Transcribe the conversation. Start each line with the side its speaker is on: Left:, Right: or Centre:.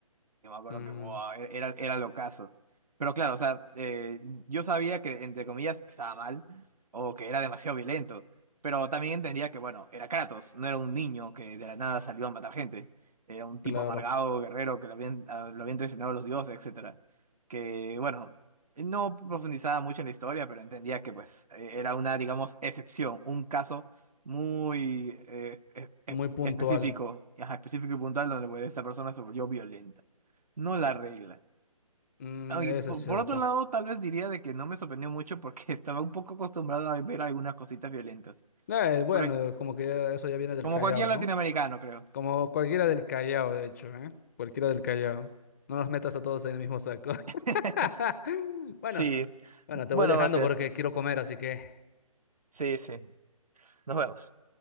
Right: Yo me acuerdo
Left: Ujú,
Right: que buah, era, era lo caso. Pero claro, o sea, eh, yo sabía que, entre comillas, estaba mal o que era demasiado violento. Pero también entendía que, bueno, era Kratos, no era un niño que de la nada salió a matar gente. Era un
Left: claro,
Right: tipo amargado, guerrero, que lo habían, a- lo habían traicionado los dioses, etcétera. Que, bueno, no profundizaba mucho en la historia, pero entendía que, pues, eh, era una, digamos, excepción, un caso muy eh, eh, eh,
Left: muy puntual.
Right: específico, ajá, específico y puntual donde, pues, esta persona se volvió violenta. No la regla.
Left: Mm,
Right: Ah,
Left: eso
Right: Y por,
Left: es cierto.
Right: por otro lado, tal vez diría de que no me sorprendió mucho porque <laughs> estaba un poco acostumbrado a ver algunas cositas violentas.
Left: Eh, bueno,
Right: Por ej-
Left: como que ya- eso ya viene del
Right: como
Left: Callao,
Right: cualquier
Left: ¿no?
Right: latinoamericano, creo.
Left: Como cualquiera del Callao, de hecho, ¿eh? Cualquiera del Callao. No los metas a todos en el mismo saco.
Right: <laughs>
Left: <laughs> Bueno,
Right: Sí.
Left: bueno, te
Right: Bueno,
Left: voy dejando
Right: Marcial.
Left: porque quiero comer, así que...
Right: Sí, sí. Nos vemos.